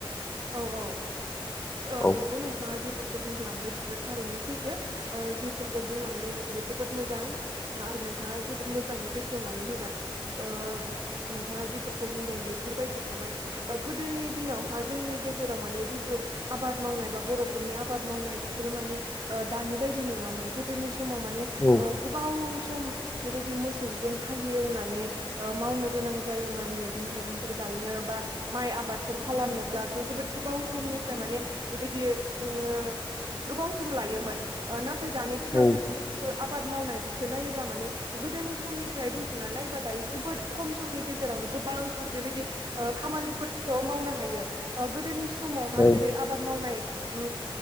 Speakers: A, on the right; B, on the left.
A: औ औ ओ
B: औ
A: नंगौ नोंथांङा जिफोरखौ बुंलांबाय बे थारैनो सैथो ओ जिफोरखौ बुंलांदों बेफोरो जोबोद मोजां आरो नोंथांङा जोबोद मोजां जांङै बेखेवनानै होबाय ओ नोंथांङा जिफोरखौ बुंदों बेफोर बायदिनो माने गोदोनि दिनावहाय। जोंनि गेजेराव माने जिथु आबाद मावनाय बा बर'फोरनि आबाद मावनाय बेफोरो माने ओ दानि बायदि नंङामोन गोदोनि समाव माने
B: औ
A: ओ गोबाव सम बेबायदि मोसौजों हालेवनानै ओ मावनो गोनां जायोमोन मैगं मैगं थाइगंफोर गायनो बा माइ आबादफोर खालामनो। बला गो जोबोद गोबाव समनिफ्राय माने बेबायदि ओ गोबाव सम लायोमोन नाथाय दानि दिनाव
B: औ
A: जिथु आबाद मावनाय बेखौ नायोब्ला माने गोदोनि समनिफ्राय रुजुनानै नायबा। दायो जोबोद खम समनि गेजेरावनो गोबांथार बेबायदि ओ खामानिफोरखौ मावनो हायो। ओ गोदोनि समावहा
B: औ
A: जेरै आबाद मावनाय उम